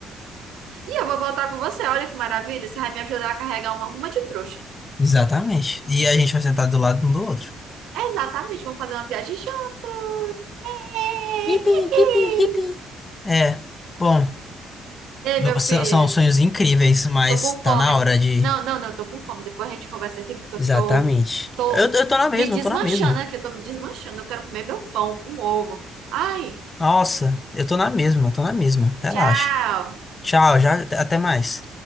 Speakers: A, on the right; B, on the left.
A: E eu vou voltar com você, olha que maravilha, você vai me ajudar a carregar uma ruma de trouxa.
B: exatamente. E a gente vai sentar do lado um do outro.
A: Exatamente, vamos fazer uma viagem show. É,
B: Yipi,
A: yippee!
B: yipi, yipi. É, bom.
A: Ei, meu
B: São
A: filho,
B: são sonhos incríveis, mas
A: tô com fome.
B: tá na hora de.
A: Não, não, não, tô com fome. Depois a gente conversa aqui porque eu
B: Exatamente.
A: tô, tô
B: Eu, eu tô na mesma,
A: me desmanchando
B: eu tô na mesma.
A: aqui, eu tô me desmanchando. Eu quero comer meu pão com ovo. Ai,
B: Nossa, eu tô na mesma, eu tô na mesma. Relaxa.
A: tchau.
B: Tchau, já, até mais.